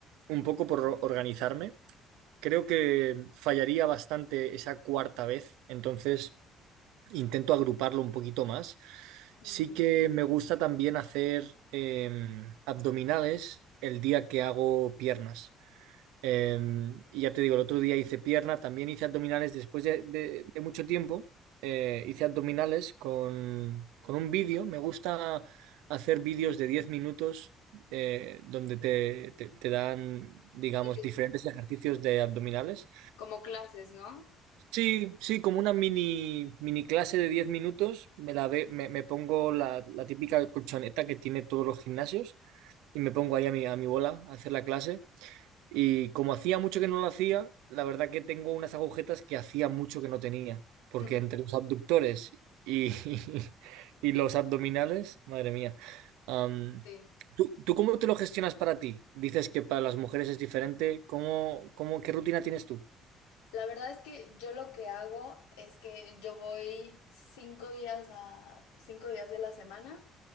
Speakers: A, on the right (about 80°); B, on the left (about 85°).
A: un poco por organizarme. Creo que fallaría bastante esa cuarta vez, entonces intento agruparlo un poquito más.
B: Ujú.
A: Sí que me gusta también hacer em, abdominales el día que hago piernas. Em, y ya te digo, el otro día hice pierna, también hice abdominales después de, de- de mucho tiempo. eh, hice abdominales con, con un vídeo. Me gusta hacer vídeos de 10 minutos eh, donde te, te te dan, digamos,
B: Y que-
A: diferentes ejercicios de abdominales.
B: como clases, ¿no?
A: Sí, sí, como una mini, mini clase de 10 minutos, me, la ve- me, me pongo la, la típica colchoneta que tiene todos los gimnasios y me pongo ahí a mi, a mi bola a hacer la clase. Y como hacía mucho que no lo hacía, la verdad que tengo unas agujetas que hacía mucho que no tenía, porque
B: <laughs>
A: entre los abductores y, <laughs> y los abdominales, madre mía. Am,
B: Sí.
A: ¿tú, tú cómo te lo gestionas para ti? Dices que para las mujeres es diferente. ¿Cómo, cómo, qué rutina tienes tú?
B: La verdad es que yo lo que hago es que yo voy cinco días a cinco días de la semana.